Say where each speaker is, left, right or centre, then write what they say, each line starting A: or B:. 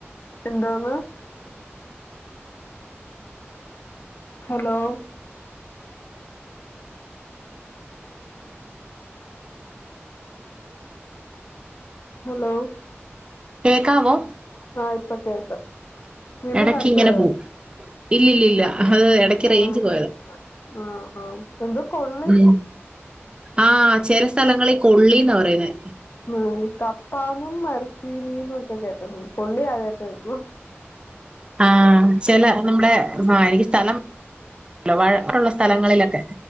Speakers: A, on the left (about 50°); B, on the right (about 20°).
A: എന്തോന്ന് ഹലോ ഹലോ
B: കേക്കാവോ
A: ആഹ് ഇപ്പൊ കേക്കാം വീണ്ടും
B: എടക്ക്
A: കറണ്ട്
B: ഇങ്ങനെ
A: പോയോ
B: പോവും ഇല്ലില്ലില്ല അത് എടക്ക്
A: ഉം.
B: റേയ്ഞ്ച് പോയതാ
A: ആ ആ എന്തോ കൊൾ
B: ഉം ആഹ് ചെല സ്ഥലങ്ങളി കൊള്ളീന്നാ പറയുന്നേ
A: ഉം കപ്പാന്നും മരച്ചീനീന്നും ഒക്കെ കേട്ടിട്ടുണ്ട് കൊള്ളി ആദ്യായിട്ട് കേക്കുവാ
B: ആഹ് ചെല നമ്മുടെ ആഹ് എനിക്ക് സ്ഥലം വഴക്ക്ള്ള സ്ഥലങ്ങളിലൊക്കെ